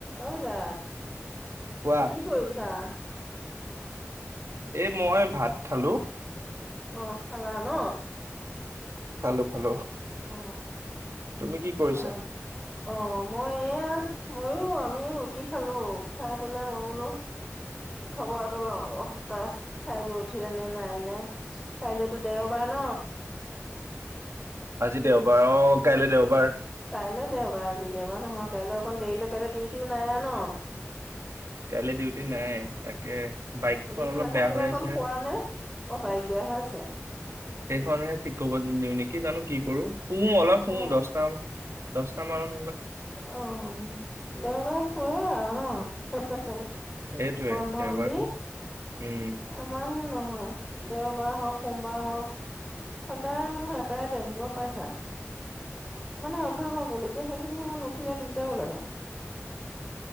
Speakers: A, in the centre; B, on the right.
A: Aura
B: কোৱা।
A: কি কৰিছা?
B: এ মই ভাত খালোঁ।
A: অ খালা ন।
B: খালো খালো
A: অ
B: তুমি কি কৰিছা?
A: অ অ মই এয়া মইো আমিও ৰুটি খালো খাই পেলাই মই বোলো খবৰ এটা লওঁ ৰ তাৰ খাই বৈ উঠিলে নে নাই নে কাইলেতো দেওবাৰ ন
B: আজি দেওবাৰ অ' কাইলৈ দেওবাৰ।
A: কাইলৈ দেওবা আজি দেওবা নহয় কাইলৈ অকণ দেৰিলৈ কাইলৈ ডিউটি ম নাই ন।
B: কাইালি ডিউটি নাই তাকে বাইকখন
A: ডিউটি
B: অলপ
A: নাথাকিলে
B: বেয়া হৈ
A: অকণ
B: আছে।
A: শুৱা নে অ বাইক বেয়া হৈ আছে।
B: সেইখনেহে ঠিক ক'ব দিও নেকি জানো কি কৰো, শু অলপ
A: অ
B: শু দহটা দহটা মান
A: অ দেওবাৰে শুৱে আৰু ন
B: সেইটোৱে
A: বন্ধ
B: দেওবাৰটো
A: বুলি।
B: উম।
A: আমাৰ হে নহয় দেওবাৰে হওক সোমবাৰ হওক সদায় মোৰ এটাই টাইম গম পাইছা। মানে অভাস গ'ল এতিয়া সেইখিনি সময় ন দক্ষিণা দিগদাবলাগা <unintelligible>